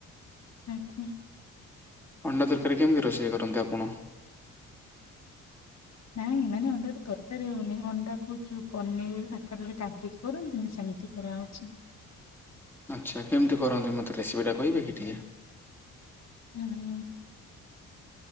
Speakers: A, on the left (about 40°); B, in the centre.
A: ଆଜ୍ଞା।
B: ଅଣ୍ଡା ତରକାରୀ କେମିତି ରୋଷେଇ କରନ୍ତି ଆପଣ?
A: ନାଇଁ ମାନେ ଅଣ୍ଡାରୁ ତରକାରୀ ହଉନି ଅଣ୍ଡା କୋଉ ଯୋଉ ପନିର ଆକାରରେ କାଟି ପିସ୍ କର ନ ହେଲେ ସେମିତି କରାହେଉଛି।
B: ଆଚ୍ଛା କେମିତି କରନ୍ତି ମୋତେ ରେସିପିଟା କହିବେ କି ଟିକେ?
A: ହୁଁ।